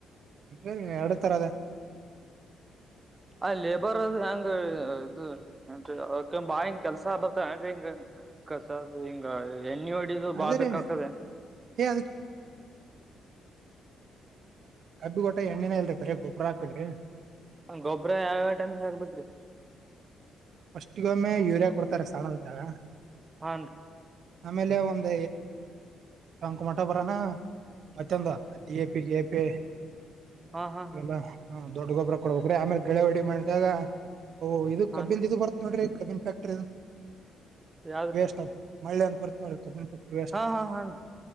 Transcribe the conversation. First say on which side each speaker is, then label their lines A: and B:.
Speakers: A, on the right (about 60°); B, on the right (about 25°).
A: ಹೂ ಎರಡ್ ತರ ಅದ.
B: ಆ ಲೇಬರ್ ಅದು ಹೆಂಗ ಇದು ಏನ್ ಕೆ ಬಾ ಹಿಂಗ ಕೆಲ್ಸಾ ಬರ್ತ ಏನ್ರಿ ಹಿಂಗ. ಕ. ಹಿಂಗ ಎಣ್ಣಿ ಹೊಡಿದು
A: ಅದೇ
B: ಬಾ ಬಕದೆ.
A: ರೀ ಏ ಕಬ್ಬಿ ಗಟ್ಟ ಎಣ್ಣೆನ ಇಲ್ರಿ ಬರ ಗೊಬ್ಬ್ರ ಹಾಕಲ್ರಿ.
B: ಗೊಬ್ಬ್ರ ಯಾವ್ಯ ಟೈಮಿಗೆ ಆಗ್ಬೇಕೇರಿ.
A: ಟ್ಟಿಗೊಮ್ಮೆ ಯೂರಿಯಾ ಕೊಡ್ತಾರೆ ಸ್ಥಾನದದ್ದಾಗ.
B: ಹೂ ರಿ.
A: ಆಮೇಲೆ ಒಂದ ಕಾಂಕುಮಠ ಬರಾನ. ಮತ್ತೆಂದ D A P K A P <unintelligible>
B: ಹಾ ಹಾ ಹಾ
A: ಎಲ್ಲ ಹ ದೊಡ್ಡ ಗೊಬ್ಬರ ಕೊಡ್ಬೇಕ್ರೀ ಆಮೇಲೆ ಗೆಳೆ ಹೊಡಿ ಮಾಡಿದಾಗ. ಓಹ ಇದು
B: ಹಾನ್
A: ಕಬ್ಬಿನ್ ಇ ಬರ್ತ್ ನೋಡ್ರಿ ಕಬ್ಬನ್ ಫ್ಯಾಕ್ಟ್ರಿ
B: ಯಾವ್ದ್ರಿ
A: ವೇಸ್ ಮಳ್ಳೆ ಅಂತ ಬರ್ತ ನೋಡ ಕಬ್ಬನ್ ಫ್ಯಾಕ್ಟರಿ ಅಷ್ಟ
B: ಹಾ ಹಾ ಹಾನ್ರಿ